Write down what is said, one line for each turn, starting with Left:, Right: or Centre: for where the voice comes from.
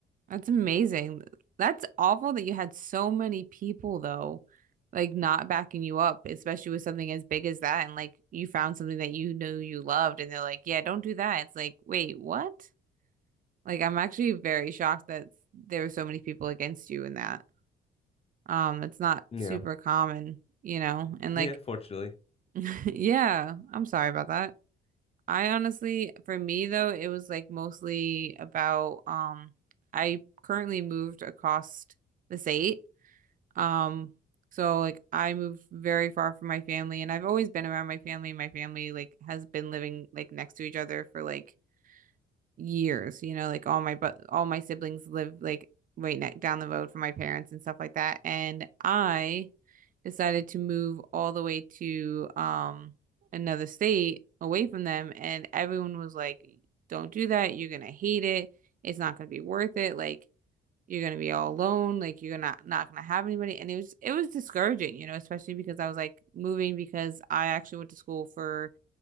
Right: that's amazing. That's awful that you had so many people though, like not backing you up, especially with something as big as that, and like you found something that you knew you loved, and they're like, "Yeah, don't do that." It's like, wait, what? Like I'm actually very shocked that there were so many people against you in that. Um, it's not
Left: Yeah.
Right: super common, you know. And
Left: Yeah,
Right: like
Left: fortunately.
Right: <laughs> yeah, I'm sorry about that. I honestly, for me though, it was like mostly about um I currently moved across the state. Um, so like I moved very far from my family and I've always been around my family. My family like has been living like next to each other for like years, you know, like all my but all my siblings live like right next down the road from my parents and stuff like that. And I decided to move all the way to um another state away from them and everyone was like, "Don't do that. You're gonna hate it. It's not gonna be worth it." Like You're gonna be all alone, like you're not not gonna have anybody, and it was it was discouraging, you know, especially because I was like moving because I actually went to school for